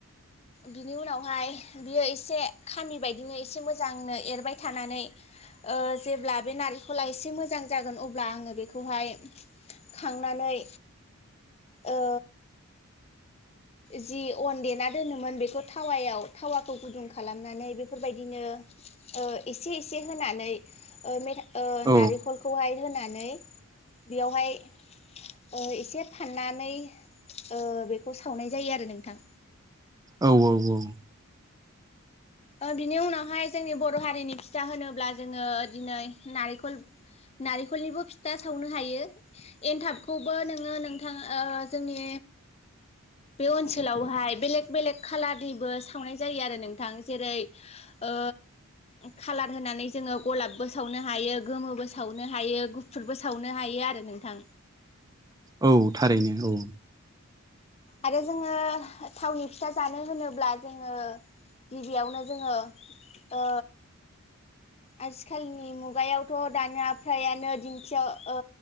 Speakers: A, on the left; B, on the right.
A: बिनि उनावहाय बियो एसे खामि बायदिनो एसे मोजांनो एरबाय थानानै ओ जेब्ला बे नारिखला एसे मोजां जागोन अब्ला आङो बेखौहाय खांनानै ओ जि अन देना दोनोमोन बेखौ थावायाव थावाखौ गुदुं खालामनानै बेफोरबायदिनो ओ एसे एसे होनानै ओ मेथा ओ
B: औ
A: नारेखलखौहाय होनानै बेयावहाय ओ एसे फाननानै ओ बेखौ सावनाय जायो आरो नोंथां।
B: औ औ औ।
A: ओ बिनि उनावहाय जोंनि बर' हारिनि फिथा होनोब्ला जोङो दिनै नारेखल नारेखलनिबो फिथा सावनो हायो एनथाबखौबो नोङो नोंथां ओ जोंनि बे ओनसोलावहाय बेलेग बेलेग खालारनिबो सावनाय जायो आरो नोंथां। जेरै ओ खालार होनानै जोङो गलाब बो सावनो हायो गोमोबो सावनो हायो गुफुरबो सावनो हायो आरो नोंथां।
B: औ थारैनो औ
A: आरो जोङो थावनि फिथा जानो होनोब्ला जोङो गिबियावनो जोङो ओ आजिखालनि मुगायावथ' दानिया फ्रायानो दिंखियाव ओ